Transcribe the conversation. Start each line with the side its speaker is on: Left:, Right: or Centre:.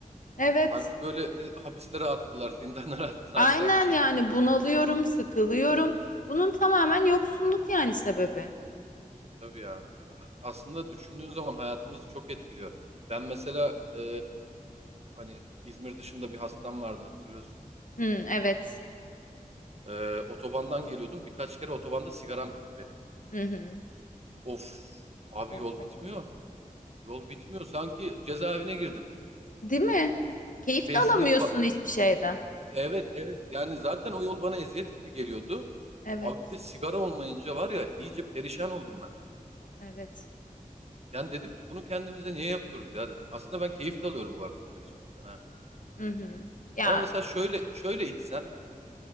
Left: Evet.
Right: Sanki böyle e, hapislere attılar, zindanlara <laughs> attılar
Left: Aynen
Right: sanki.
Left: yani bunalıyorum, sıkılıyorum. Bunun tamamen yoksunluk yani sebebi.
Right: Tabii ya. Aslında düşündüğün zaman hayatımızı çok etkiliyor. Ben mesela e, hani İzmir dışında bir hastam vardı hatırlıyorsun.
Left: Hmm, evet.
Right: E, otobandan geliyordum. Birkaç kere otobanda sigaram bitti benim.
Left: Hı hı.
Right: Of abi
Left: Oo.
Right: yol bitmiyor. Yol bitmiyor. Sanki cezaevine girdim.
Left: Değil mi? Keyif
Right: Benzinlik
Left: de alamıyorsun
Right: fa-
Left: hiçbir şeyden.
Right: Evet evet yani zaten o yol bana eziyet gibi geliyordu.
Left: Evet,
Right: Abi bir de sigara olmayınca var ya iyice perişan oldum ben.
Left: evet.
Right: Yani dedim ki bunu kendimize niye yapıyoruz ya dedim. Aslında ben keyif de alıyorum bu arada sigara içmekten ha.
Left: Hı hı. Ya
Right: Ama mesela şöyle şöyle içsen